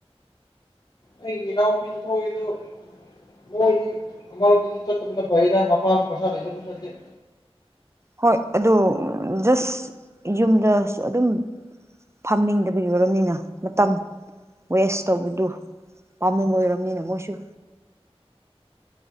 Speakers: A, on the left (about 40°); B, on the right (about 25°).
A: ꯑꯩꯩꯒꯤ ꯏꯅꯥꯎꯄꯤꯖꯨ ꯊꯣꯛꯏꯗꯨ ꯃꯣꯏꯗꯤ ꯑꯃꯔꯣꯝꯗꯗꯤ ꯆꯠꯇꯕꯅ ꯐꯩꯗ ꯃꯄꯥꯁꯨ ꯄꯩꯁꯥ ꯂꯩꯇꯕꯁꯨ ꯅꯠꯇꯦ
B: ꯍꯣꯏ ꯑꯗꯨ ꯖꯁ ꯌꯨꯝ ꯑꯗꯨꯝ ꯐꯝꯅꯤꯡꯗꯕꯒꯤ ꯑꯣꯏꯔꯝꯅꯤꯅ ꯃꯇꯝ ꯋꯦꯁ ꯇꯧꯕꯗꯨ ꯄꯥꯃꯨꯕꯩ ꯑꯣꯏꯔꯝꯅꯤꯅ ꯃꯣꯏꯁꯨ